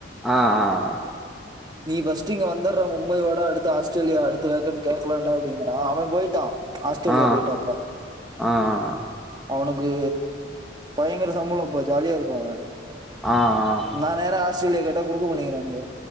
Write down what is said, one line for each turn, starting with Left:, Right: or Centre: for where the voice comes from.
Centre: ஆ ஆ
Right: நீ ஃபஸ்ட்டு இங்க வந்துர்றா மும்பை வாடா அடுத்து ஆஸ்ட்ரேலியா அடுத்து வேகண்ட் கேக்கலாண்டா அப்டிங்கறா அவ போயிட்டா ஆஸ்ட்ரேலியா
Centre: ஆ ஆ
Right: போயிட்டா இப்ப
Centre: ஆ
Right: அவனுக்கு பயங்கற சம்பள இப்ப ஜாலியா இருக்கா அவ
Centre: ஆ ஆ
Right: நா நேரா ஆஸ்ட்ரேலியா கேட்டா குடுக்க மாட்டிங்கிறானுங்க